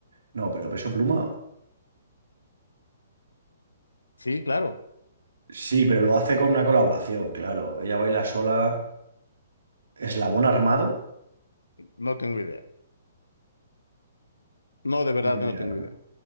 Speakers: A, on the right (about 65°); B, on the left (about 75°).
A: no, pero Peso Pluma,
B: Sí, claro.
A: sí, pero lo hace con una colaboración, claro. Ella baila sola, ¿Eslabón Armado?
B: No tengo idea. No, de verdad
A: Ni idea,
B: que no tengo
A: ¿no?
B: idea.